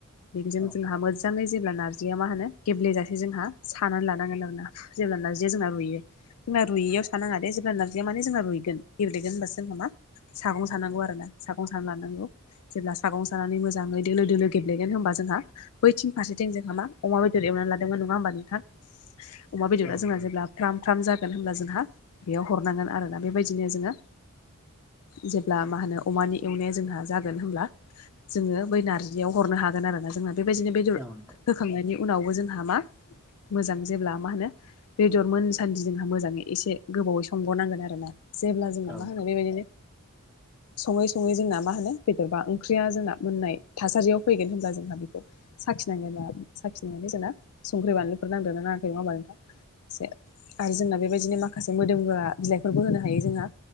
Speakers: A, on the left; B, in the centre.
A: बेजों
B: औ
A: जोंहा मोजाङै जेब्ला नारजिया मा होनो गेब्लेेजासे जोंहा सानानै लानांगोन आरो ना। जेब्ला नार्जिआ जोंना रुयो जोंना रुयियाव सानाङा दे जेब्ला नारजिया माने जोंना रुइगोन गेब्लेगोन होनबासो जोंना मा सागं सानांगौ आरो ना सागं साना लानांगौ जेब्ला सागं सानानै मोजाङै दोलो दोलो गेब्लेगोन होनोमबा जोंहा बैथिं फारसेथिं जोंहा मा अमा बेदर एवनानै लादोंमोन। नङा होमबा नोंथां? अमा बेदरा
B: औ नंगौ
A: जोंहा जेब्ला
B: नोंथां
A: फ्राम फ्राम जागोन होनोमब्ला जोंहा बेयाव हरनांगोन आरोना बे बायदिनो जोङो जेब्ला मा होनो अमानि एवनाया जोंहा जागोन होनब्ला जोङो बै नार्जि जियाव हरनो हागोन आरो ना जोंहा बे बायदिनो
B: औ
A: बेदर
B: नंगौ औ नंगौ
A: होखांनायनि उनावबो जोंहा मा मोजां जेब्ला मा होनो बेदर मोनसान्दि जोंहा मोजाङै एसे गोबावै संबावनांगोन आरोना। जेब्ला
B: औ
A: जोंना मा होनो बे बायदिनो सङै सङै जोंना मा होनो बेदर बा ओंख्रिया जोंना मोननाय थासारियाव फैगोन होनब्ला जोंहा बेखौ साखिनाय साखिनायनानै जोंना संख्रि बानलुफोर नांदोंना नाङाखै नङा होमबा नोंथां एसे? आरो जोंना बे बायदिनो माखासे मोदोमग्रा बिलाइफोरबो होनो हायो जोंहा